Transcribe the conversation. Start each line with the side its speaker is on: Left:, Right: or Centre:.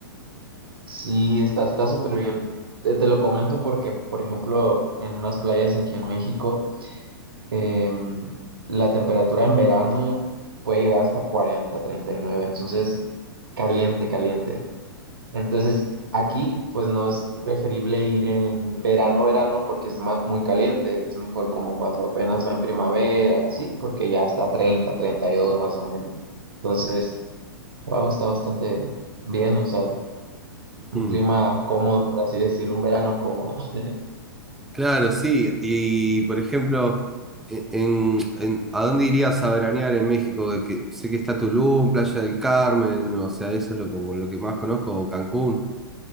Right: Sí, está, está súper bien. Te, te lo comento porque, por ejemplo, en unas playas aquí en México em, la temperatura en verano puede llegar hasta cuarenta, treinta y nueve, entonces caliente, caliente. Entonces aquí pues no es preferible ir en verano, verano porque es ma- muy caliente, es mejor como cuando apenas va en primavera, así, porque ya está treinta, treinta y dos más o menos. Entonces, wow, está bastante bien, o sea, un
Centre: Mm.
Right: clima cómodo, por así decirlo, un verano cómodo. <laughs>
Centre: Claro, sí. Y por ejemplo, e- en, en- ¿a dónde irías a veranear en México? De Que, sé que está Tulum, Playa del Carmen, o sea, eso es lo, como lo que más conozco, o Cancún,